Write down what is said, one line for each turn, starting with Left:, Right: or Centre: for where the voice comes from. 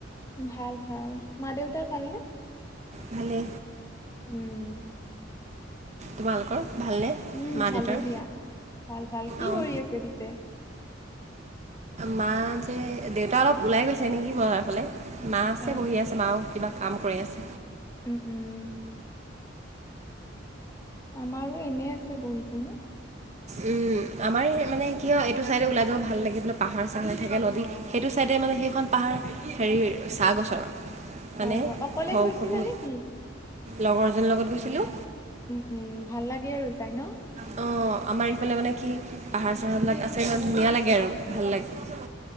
Left: ভাল ভাল। মা দেউতাৰ ভালনে?
Right: ভালে।
Left: উম।
Right: তোমালোকৰ ভালনে
Left: উম
Right: মা
Left: ভালেই
Right: দেউতাৰ
Left: দিয়া ভাল ভাল। কি
Right: অঁ
Left: কৰি আছে পিছে?
Right: মা যে দেউতা অলপ ওলাই গৈছে নেকি বজাৰ ফালে। মা আছে
Left: হয়
Right: বহি আছে মাৰু কিবা কাম কৰি আছে।
Left: উম-উম। আমাৰো এনে আছে বহি কিনে।
Right: উম। আমাৰ মানে কি হয় এইটো চাইডে ওলাই যাব ভাল লাগে, পাহাৰ চাহাৰ থাকে নদী, সেইটো চাইদে মানে সেইখন পাহাৰ হেৰিৰ চাহ গছৰ। মানে
Left: হয়-হয় অকলে
Right: ওখ
Left: গৈছিলা
Right: ওখ বহুত
Left: নে কি?
Right: লগৰজনীৰ লগত গৈছিলো।
Left: উম-উম ভাল লাগে আৰু যাই ন?
Right: <unintelligible> অঁ আমাৰ ইফালে মানে কি পাহাৰ চাহাৰবিলাক আছে ইমান ধুনীয়া লাগে আৰু ভাল লাগে <unintelligible>